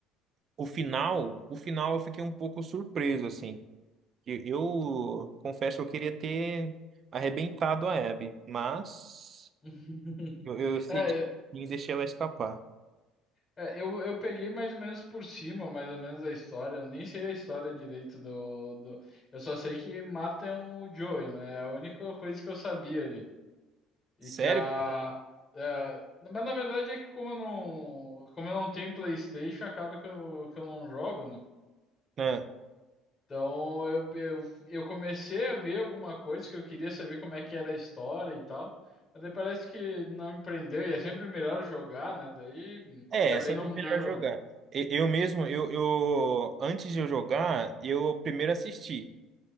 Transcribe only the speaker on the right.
o final, o final eu fiquei um pouco surpreso, assim eu, eu confesso que eu queria ter arrebentado a Abby, mas
eu, eu cedi
e deixei ela escapar.
Sério?
Ah,
É,
é sempre
melhor
jogar. E- Eu mesmo, eu, eu antes de eu jogar, eu primeiro assisti.